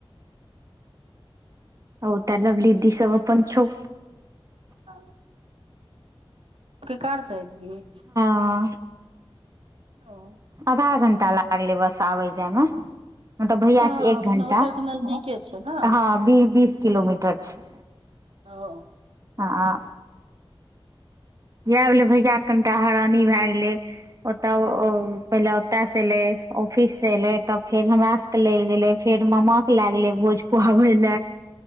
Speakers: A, on the right; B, on the right.
A: ओ त लवली दि सव अपन छौ
B: हँ के कार स एलही
A: हँ
B: ओ
A: अदहा घण्टा लागलै बस आबय जायमे हं ऽ त ऽ
B: अच्छा
A: भैया के एक
B: मने
A: घंटा
B: ओतयसँ नजदीके छै ने
A: हँ बी बीस किलोमीटर छै
B: ओ
A: हँ आ इएह भेलै भैयाके कनिटा हैरानी भए गेलै ओतऽ ओ ओ पहिले ओतयसँ एलै ऑफिससँ एलै तब फेर हमरा ले गेले फेर मामा के लै गेले भोज खुआबे ले